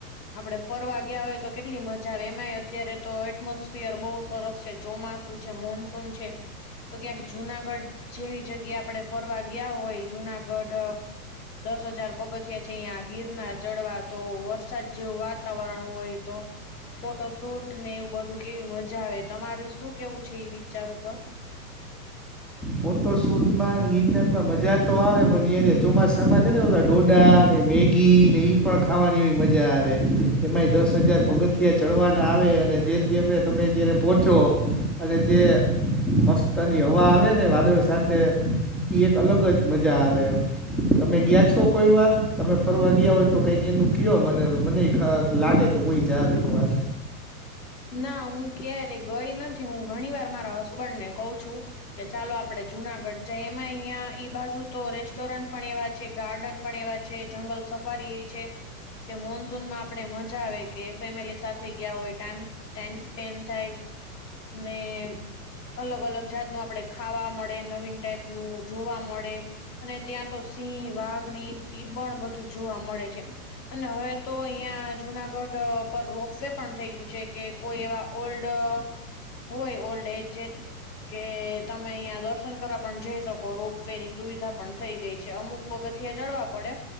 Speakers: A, on the left (about 80°); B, in the centre.
A: આપડે ફરવા ગયા હોય તો કેટલી મજા આવે એમાંય અત્યારે તો એટમોસફિયર બહુ સરસ છે. ચોમાસુ છે મોનસૂન છે તો ક્યાંક જુનાગઢ જેવી જગ્યા આપડે ફરવા ગયા હોય જુનાગઢ દસ હજાર પગથિયા છે અહીંયા ગિરના ચડવા તો વરસાદ જેવું વાતાવરણ હોય તો. ફોટો શૂટ ને એવું બધું કેવી મજા આવે તમારે શું કેવું છે એ વિચાર ઉપર.
B: ફોટો શૂટ માં ગિરનારમાં મજા તો આવે પણ ચોમાસા માં છે ને ઓલા ડોડા અને મેગી ઘી ને એ પણ ખાવાની એવી મજા આવે એમાં એ દસ હજાર પગથિયા ચડવાના આવે અને જે તમે અયારે પહોંચો અને જે મસ્તની હવા આવે ને વાદળ સાથે ઈ એક અલગ જ મજા આવે તમે ગયા છો કોઈ વાર તમે ફરવા ગયા હોય તો કઈક એનું કયો મને મને લાગે કે હું એ જાવ એક વાર
A: ના હું ક્યારે ગઈ નથી હું ઘણી વાર મારા હસબન્ડ ને કઉ છું. કે ચાલો આપડે જુનાગઢ જ એમાં અહિયાં એઈ બાજુ તો રેસ્ટોરન્ટ પણ એવા છે ગાર્ડન પણ એવા છે જંગલ સફારી એવી છે. કે મોનસૂન માં આપણે મજા આવે કે ફેમિલી સાથે ગયા હોય ટાઈમ ટાઈમ સ્પેન્ડ થાય ને અલગ અલગ જાતનું આપડે ખાવા મળે નવીન ટાઈપનું જોવા મળે અને ત્યાં તો સિંહ વાઘની ઈ પણ બધું જોવા મળે છે. અને હવે તો અહિયાં જુનાગઢ પર રોપ વે પણ થઈ ગયું છે. કે કોઈ એવા ઓલ્ડ હોય ઓલ્ડ એજ જે કે તમે અહિયાં દર્શન કરવા પણ જઈ શકો રોપ વે ની સુવિધા પણ થઈ ગઈ છે અમુક પગથિયા ચડવા પડે